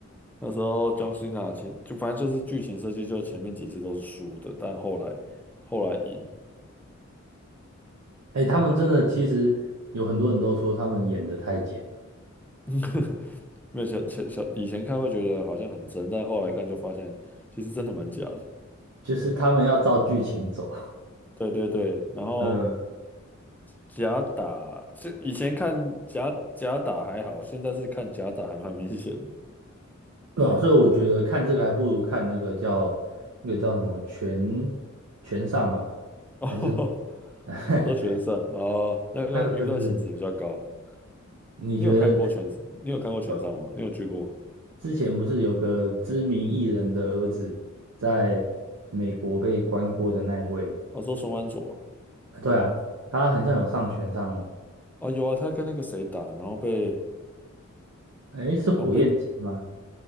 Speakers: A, in the centre; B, on the right.
A: 那时候 John Cena 前就反正就是剧情设计，就前面几次都是输的，但后来后来赢，
B: 哎，他们真的其实有很多人都说他们演的太假，
A: <laughs> 没有小前想以前看会觉得好像很真，但后来看就发现其实真的蛮假的。
B: 就是他们要照剧情走，
A: 对对对，
B: <laughs>
A: 然后
B: 呃，
A: 假打，这以前看假假打还好，现在是看假打还蛮明显的。
B: 对啊，所以我觉得看这个还不如看那个叫那个叫什么全全上吧，
A: <laughs> 哦，
B: 还是 <laughs>
A: 都全上哦，那个娱乐性质比较高。
B: 那个是不是？你觉得
A: 你有看过全上？你有看过全上吗？
B: 呃
A: 你有去过？
B: 之前不是有个知名艺人的儿子在美国被关过的那一位？
A: 我说双安佐。
B: 啊对啊，他很像有上全上哦。
A: 哦，有啊，他跟那个谁打，然后被
B: 哎，是火焰鸡吗？
A: 好像被